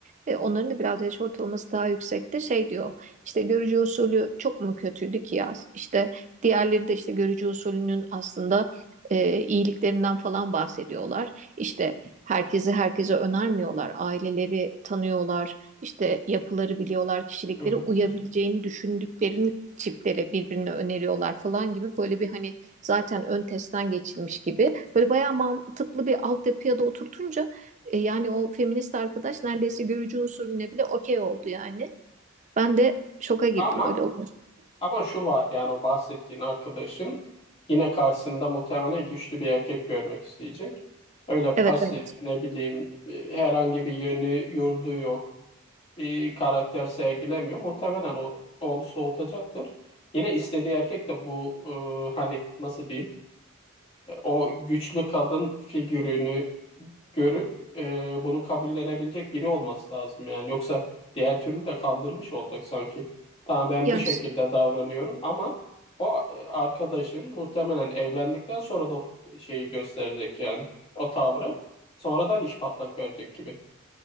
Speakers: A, on the right; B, on the left.
A: E, onların da biraz yaş ortalaması daha yüksekti. Şey diyor. İşte görücü usulü çok mu kötüydü ki ya? İşte diğerleri de işte görücü usulünün aslında e, iyiliklerinden falan bahsediyorlar. İşte herkesi herkese önermiyorlar. Aileleri tanıyorlar. İşte yapıları biliyorlar. Kişilikleri
B: Hı hı.
A: uyabileceğini düşündüklerini çiftlere birbirine öneriyorlar falan gibi böyle bir hani zaten ön testten geçilmiş gibi böyle bayağı mantıklı bir altyapıya da oturtunca e, yani o feminist arkadaş neredeyse görücü usulüne bile okey oldu yani. Ben de şoka girdim
B: Ama
A: öyle oldu.
B: ama şu var yani o bahsettiğin arkadaşın yine karşısında muhtemelen güçlü bir erkek görmek isteyecek. Öyle
A: Evet
B: pasif
A: evet.
B: ne bileyim e, herhangi bir yönü yurdu yok. bir karakter sergilemiyor. Muhtemelen o onu soğutacaktır. Yine istediği erkek de bu e, hani nasıl diyeyim o güçlü kadın figürünü görüp e, bunu kabullenebilecek biri olması lazım yani. Yoksa diğer türlü de kandırmış olacak sanki. Tamam ben
A: Yani
B: bu şekilde davranıyorum ama o e, arkadaşın muhtemelen evlendikten sonra da o f- şeyi gösterecek yani o tavrı sonradan iş patlak verecek gibi.